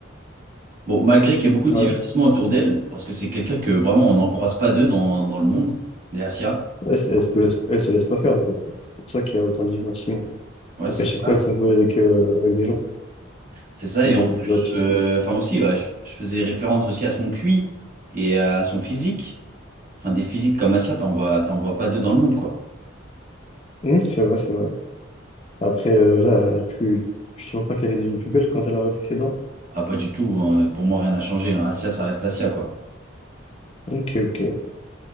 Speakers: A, on the right (about 40°); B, on the left (about 30°).
A: Bon, malgré qu'il y ait beaucoup
B: Ouais.
A: de divertissement autour d'elle, parce que c'est quelqu'un que vraiment on n'en croise pas deux dans, dans le monde, des Asia.
B: Elle se laisse, elle se laisse elle se laisse pas faire, en fait. C'est pour ça qu'il y a autant de divertissement.
A: Ouais,
B: Donc
A: c'est
B: à chaque
A: ça.
B: fois, elles sont jouées avec, euh, avec des gens
A: C'est ça.
B: de,
A: Et en plus,
B: de la team.
A: euh, enfin aussi, bah, je, je faisais référence aussi à son QI et à son physique. Enfin, des physiques comme Asia, t'en vois, t'en vois pas deux dans le monde, quoi.
B: Hum, c'est vrai, c'est vrai. Après, euh, là, tu, tu trouves pas qu'elle est déjà plus belle quand elle a refait ses dents?
A: Ah, pas du tout. hein. Pour moi, rien n'a changé. hein. Asia, ça reste Asia, quoi.
B: Ok, ok.